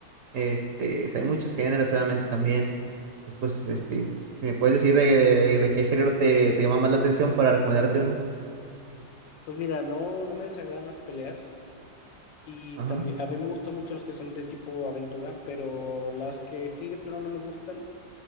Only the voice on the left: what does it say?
Pues mira, no, no me desagradan las peleas y
también a mí me gustan mucho los que son de tipo aventura, pero las que sí de plano no me gustan